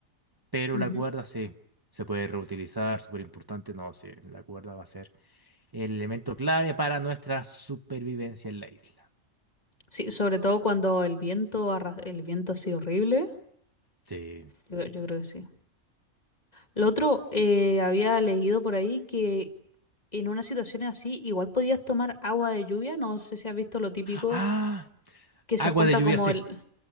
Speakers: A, on the right; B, on the left.
A: Pero
B: Ujú.
A: la cuerda sí, se puede reutilizar, súper importante. No, sí, la cuerda va a ser el elemento clave para nuestra supervivencia en la isla.
B: Sí, sobre todo cuando el viento, arra- el viento así horrible.
A: Sí.
B: Yo, yo creo que sí. Lo otro, eh, había leído por ahí que en una situación así igual podías tomar agua de lluvia. No sé si has visto lo típico
A: Ah,
B: que se
A: agua
B: junta
A: de lluvia,
B: como
A: sí.
B: el,